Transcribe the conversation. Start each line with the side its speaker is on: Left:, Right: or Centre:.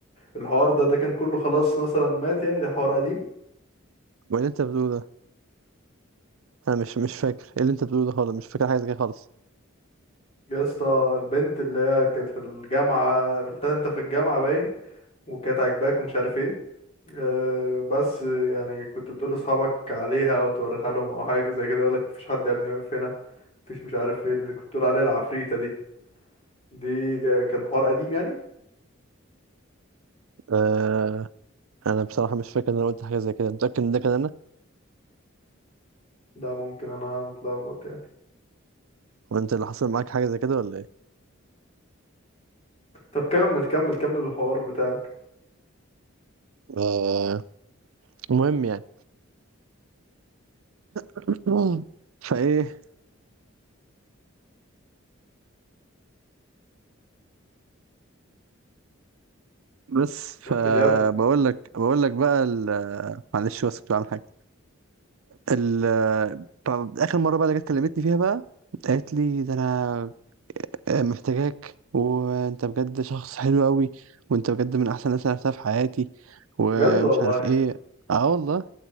Left: الحوار ده ده كان كله خلاص مثلا مات يعني ده حوار قديم
Right: وبعدين انت بتقول انا مش مش فاكر ايه اللي انت بتقوله ده خالص مش فاكر حاجه زي كده خالص
Left: يا اسطى البنت اللي هي كانت في الجامعة قابلتها انت في الجامعة باين وكانت عاجباك ومش عارف ايه أه بس يعني كنت بتقول لاصحابك عليها او توريها لهم او حاجه زي كده يقولك مفيش حد يا ابني واقف هنا مفيش مش عارف ايه اللي كنت بتقول عليها العفريته دي دي آه، كان حوار قديم يعني
Right: آه انا بصراحه مش فاكر ان انا قلت حاجه زي كده متاكد ان ده كان انا
Left: ده ممكن انا متلخبط يعني
Right: وانت اللي حصل معاك حاجه زي كده ولا ايه
Left: طب كمل كمل كمل الحوار بتاعك
Right: آه المهم يعني <clears throat> فايه بس فبقول
Left: كمل يا ابني
Right: لك بقول لك بقى ال- معلش بس كنت بعمل حاجه ال طب اخر مره بقى اللي جت كلمتني فيها بقى قالت لي ده انا آه، محتاجاك وانت بجد شخص حلو قوي وانت بجد من احسن الناس اللي عرفتها في حياتي ومش
Left: بجد والله
Right: عارف ايه اه والله